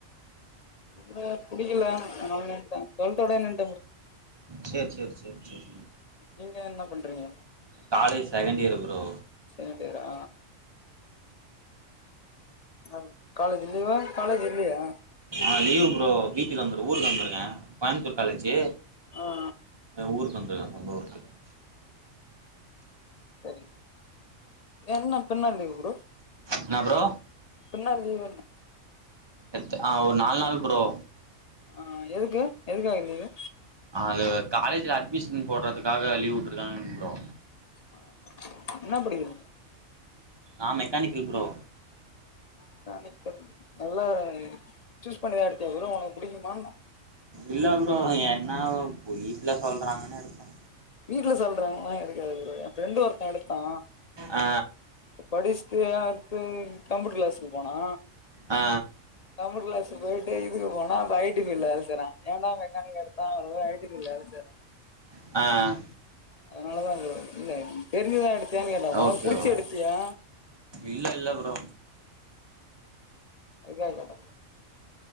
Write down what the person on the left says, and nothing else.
இல்ல புடிக்கல அதுனால நின்னுட்டே டூவெல்த் ஓடயே நின்
நீங்க என்ன பண்றீங்க
second இயரா அ காலேஜ் லீவா காலேஜ் இல்லீயா
ஆ
செரிங் ப்ரோ ஏ இன்னு எத்தன நாள் லீவு ப்ரோ
இப்ப என்ன லீவுன்ன
ஆ எதுக்கு எதுக்காக லீவு
ஆ என்ன படிக்கிற
மெக்கானிக்கல் நல்லா சூஸ் பண்ணிதா எடுத்தியா ப்ரோ உனக்கு புடிக்குமா
வீட்ல சொல்றாங்கல்லா எடுக்கல ப்ரோ எ ஃப்ரெண்டு ஒருத்தே எடுத்தா
படிச்சுட்டு அடுத்து கம்யூட்டர் கிளாஸ்க்கு போனா
கம்பியூட்டர் க்ளாஸ்க்கு போயிட்டு இதுக்கு போனா இப்ப ஐ டி ஃப்ல்டுல வேல செய்றா ஏன்டா மெக்கானிக் எடு த்தா இப்ப பாரு ஐ டி ஃப்ல்டுல வேல செய்றா
அதனாலதா ப்ரோ இல்ல தெரிஞ்சுதா எடுத்தியான்னு கேட்ட ஒனக்கு
புடிச்சி
எடுத்தியா
அதுக்காக கேட்டே